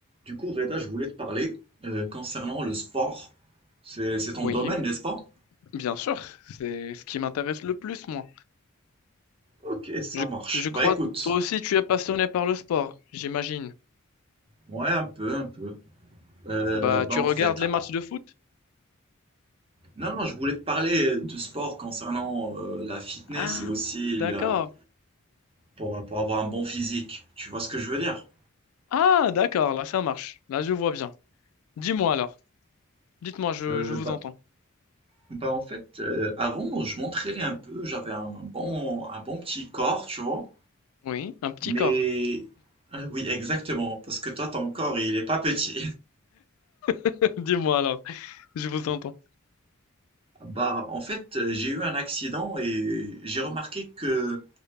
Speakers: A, on the right (about 25°); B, on the left (about 80°).
A: Du coup, Reda, je voulais te parler euh, concernant le sport. C'est, c'est ton
B: Oui,
A: domaine, n'est-ce pas?
B: bien sûr, c'est ce qui m'intéresse le plus, moi.
A: Ok, ça
B: Je,
A: marche.
B: je crois,
A: Bah écoute,
B: toi aussi, tu es passionné par le sport, j'imagine.
A: ouais, un peu, un peu. Euh,
B: Bah,
A: bah
B: tu
A: en
B: regardes
A: fait,
B: les matchs
A: ah,
B: de foot?
A: non, non, je voulais te parler de sport concernant euh, la fitness
B: Ah,
A: et aussi
B: d'accord.
A: la, pour, pour avoir un bon physique. Tu vois ce que je veux dire?
B: Ah, d'accord, là, ça marche. Là, je vois bien. Dis-moi alors. Dites-moi, je,
A: Euh,
B: je vous
A: bah,
B: entends.
A: bah en fait, euh, avant, je m'entraînais un peu, j'avais un bon, un bon petit corps, tu vois.
B: Oui, un petit
A: Mais,
B: corps.
A: ah oui, exactement, parce que toi, ton corps, il est pas petit.
B: <laughs> Dis-moi alors, je vous entends.
A: Bah, en fait, euh, j'ai eu un accident et j'ai remarqué que,